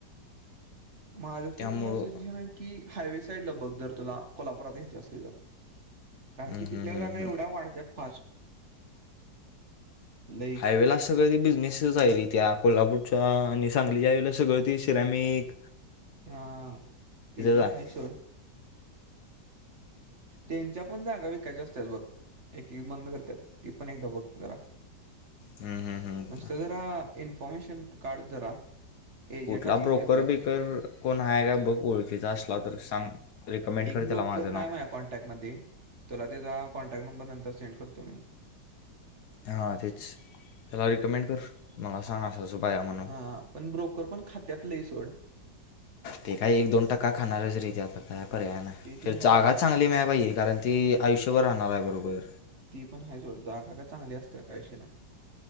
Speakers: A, on the right (about 45°); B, on the left (about 65°).
A: माझ तर
B: त्यामुळं
A: तुला सजेशन आहे की हायवे साईडला बघ जर तुला कोल्हापुरात घ्यायची असली तर. कारण
B: हम्म,
A: कि
B: हम्म,
A: तिथल्या
B: हम्म,
A: जागा
B: हम्म.
A: एवढ्या वाढत्यात फास्ट लई
B: हायवेला अस सगंळ ते बिजनेस च आहे रे त्या कोल्हापूरच्या आणि सांगलीच्या हायवेला सगळं ती सिऱ्यामीक
A: हा ति ती
B: आहे
A: हाय सोड. तेनच्या पण जागा विकायच्या असतात बघ. एक एक बंद करत्यात ती पण एकदा बघ जरा.
B: हम्म, हम्म, हम्म.
A: नुसतं जरा इन्फॉरमेशन काढ जरा. एजंट
B: कुठला
A: असत्यात
B: ब्रोकर
A: तिथं.
B: बीकर कोण हाय का बघ ओळखीचा असला तर सांग रेिकमेंड
A: एक
B: कर त्याला
A: ब्रोकर
B: माझं
A: हाय
B: नाव
A: माझ्या कॉन्टॅक्टमध्ये तुला त्याचा कॉन्टॅक्ट नंबर नंतर सेंड करतो मी.
B: हा तेच याला रिकमेंड कर मला सांगा अस असं बाया म्हणून.
A: हां पण ब्रोकर पण खात्यात लय सोड.
B: ते काय एक दोन टक्का खाणारच रे आता काय पर्याय नाय
A: ते ती हाय
B: जागा
A: सोड.
B: चांगली मिळायला पाहिजे. ती आयुष्यभर राहणार आहे बरोबर.
A: ती पण हाय सोड जागा काय चांगली असत्या काय विषय नाय